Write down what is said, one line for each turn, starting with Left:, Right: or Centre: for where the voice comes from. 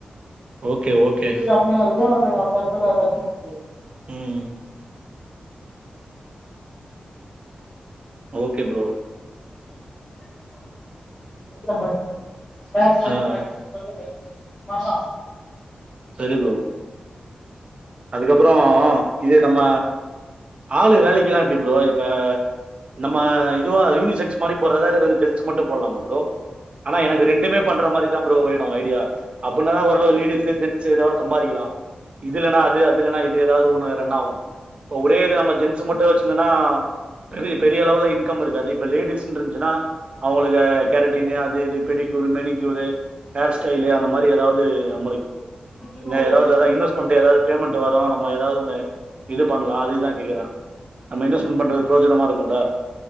Right: ஓகே, ஓகே.
Centre: எது கம்மியா இருக்கோ அது அந்த எடத்துல <unintelligible>
Right: உம்ம் ஓகே ப்ரோ
Centre: <unintelligible> <unintelligible>
Right: ஆ
Centre: பண்லா
Right: சரி ப்ரோ அதுக்கப்பறம் இது நம்ம ஆளு வேலக்கில்லா எப்டி ப்ரோ இப்ப நம்ம இதுவா யூனிசெக்ஸ் மாரி போறதா வெறு ஜென்ஸ் மட்டு போல்லாமா ப்ரோ ஆனா எனக் ரெண்டுமே பண்ற மாரிதா ப்ரோ ஐடியா அப்புன ஒரளவு லேடிசு ஜென்சு ஏத சம்பாரிக்கலா <inaudible> இதுல்லன்னா இது ஏதாது ஒன்னு ரன்னாவு இப்ப ஒரே நம்ம ஜென்ச மட்டு வச்சுருந்தனா ப்ரவி பெரியளவுல இன்கம் இருக்காது இப்ப லேடிஸ்ன்ருச்சுனா அவுங்களுக்கு கேரட்டீனு அது இது பெடிகியூர் மெனிகியூரு ஹேர்ஸ்டைலு அந்த மாரி ஏதாது நம்ளுக்
Centre: இதுக்குன்னு
Right: இந்த
Centre: ஒரு
Right: ஏதாது
Centre: லிங்க்
Right: அதா
Centre: இருக்கு
Right: இன்வெஸ்ட்மெண்ட்
Centre: ப்ரோ.
Right: ஏதாது மன்ட்டு வரு நம்ம ஏதாது ஒண்ணு இது பண்லா அதுக்குதா கேக்குறே நம்ம இன்வெஸ்ட்மென்ட் பண்றது புரோஜனமா இருக்குல